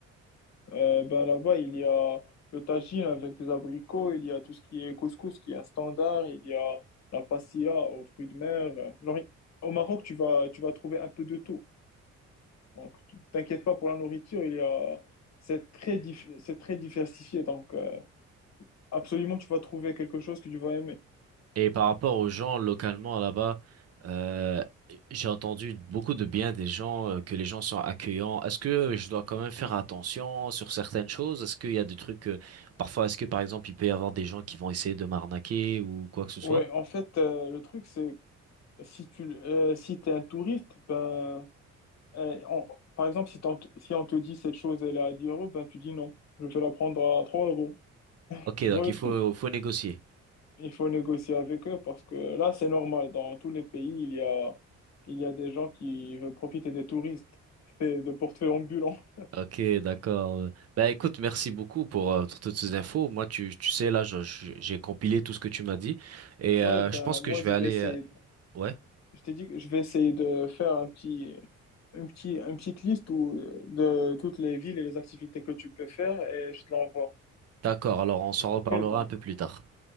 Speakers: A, on the left; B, on the right.
A: Euh, ben là-bas, il y a le tagine avec des abricots, il y a tout ce qui est couscous qui est un standard, il y a la pastilla aux fruits de mer. Genre, au Maroc, tu vas, tu vas trouver un peu de tout. Donc, tu- t'inquiète pas pour la nourriture, il y a, c'est très, dif- c'est très diversifié. Donc, euh, absolument, tu vas trouver quelque chose que tu vas aimer.
B: Et par rapport aux gens localement là-bas, euh, j'ai entendu beaucoup de bien des gens, euh, que les gens sont accueillants. Est-ce que je dois quand même faire attention sur certaines choses? Est-ce qu'il y a des trucs, euh, parfois, est-ce que par exemple, il peut y avoir des gens qui vont essayer de m'arnaquer ou quoi que ce soit?
A: Ouais, en fait, euh, le truc, c'est Si tu le- euh, si t'es un touriste, ben, euh, on- par exemple, si, t'en- si on te dit cette chose, elle est à 10 euros, ben tu dis non, je vais la prendre à 3 euros.
B: Ok,
A: Tu
B: donc
A: vois le
B: il faut,
A: truc?
B: faut négocier.
A: Il faut négocier avec eux parce que là, c'est normal. Dans tous les pays, il y a, il y a des gens qui veulent profiter des touristes. C'est de portefeuille ambulant. <laughs>
B: Ok, d'accord. Ben écoute, merci beaucoup pour, euh, pour toutes ces infos. Moi, tu, tu sais, là, je- je- j'ai compilé tout ce que tu m'as dit et
A: Ouais,
B: euh,
A: ben
B: je pense
A: moi,
B: que je vais
A: je
B: aller.
A: vais essayer,
B: euh, Ouais,
A: je t'ai dit que je vais essayer de faire un petit, un petit, une petite liste où, de toutes les villes et les activités que tu peux faire et je te l'envoie.
B: d'accord. Alors, on s'en reparlera
A: Ok, donc.
B: un peu plus tard.